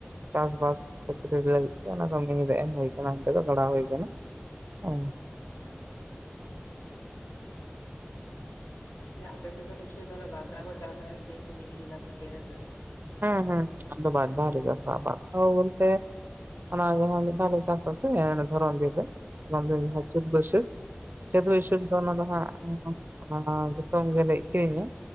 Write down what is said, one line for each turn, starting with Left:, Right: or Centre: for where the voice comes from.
Right: ᱪᱟᱥ ᱵᱟᱥ ᱠᱷᱮᱛᱨᱮ-ᱨᱮ ᱞᱟᱹᱜᱤᱫ ᱜᱚᱝᱠᱮ ᱚᱱᱟ ᱫᱚ ᱢᱤᱱᱤ ᱫᱟᱜ ᱮᱢ ᱦᱳᱭ ᱠᱟᱱᱟ ᱚᱱᱛᱮ ᱫᱚ ᱜᱟᱸᱲᱟᱣ ᱦᱩᱭ ᱠᱟᱱᱟ ᱦᱮᱸ
Left: ᱟᱪᱪᱷᱟ ᱚᱱᱠᱟᱱ ᱵᱮᱯᱟᱨ ᱮᱭᱟ ᱟᱯᱮᱥᱮᱫ ᱫᱚ ᱱᱤᱥᱪᱳᱭ ᱛᱟᱦᱚᱞᱮ ᱵᱟᱨᱫᱷᱟᱶ ᱠᱚ ᱪᱟᱥᱟ ᱡᱮᱦᱮᱛᱩ ᱢᱤᱱᱤ ᱢᱮᱱᱟᱜ ᱛᱟᱯᱮᱭᱟ ᱦᱮᱸ ᱥᱮ
Right: ᱦᱮᱸ ᱦᱮᱸ ᱟᱞᱮ ᱫᱚ ᱵᱟᱨ ᱫᱷᱟᱣ ᱞᱮ ᱪᱟᱥ-ᱟ ᱵᱟᱨ ᱫᱷᱟᱶ ᱵᱚᱞᱛᱮ ᱚᱱᱟ ᱜᱮ ᱦᱟᱸᱜ ᱢᱤᱫ ᱫᱷᱟᱣ ᱞᱮ ᱪᱟᱥ ᱟ ᱥᱮ ᱚᱱᱟ ᱫᱷᱚᱨᱚᱱ ᱫᱤᱱ ᱨᱮ ᱚᱱᱟ ᱫᱚ ᱡᱟᱸᱦᱟ
Left: ᱦᱮᱸ
Right: ᱪᱟᱹᱛ ᱵᱟᱹᱭᱥᱟᱹᱠᱷ ᱪᱟᱹᱛ ᱵᱟᱹᱭᱥᱟᱹᱠᱷ
Left: ᱦᱮᱸ
Right: ᱫᱚ ᱚᱱᱟ ᱫᱚ ᱦᱟᱸᱜ ᱤᱧ ᱦᱚ ᱚᱱᱟ ᱢᱟ ᱡᱚᱛᱚᱢ ᱜᱮᱞᱮ ᱟᱠᱷᱨᱤᱧᱟ